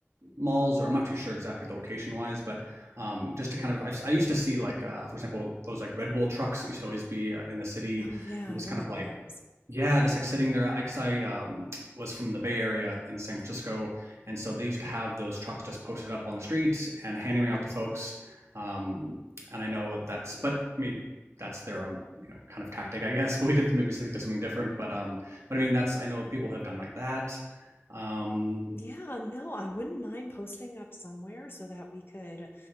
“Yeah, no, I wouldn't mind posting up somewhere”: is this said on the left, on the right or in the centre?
Left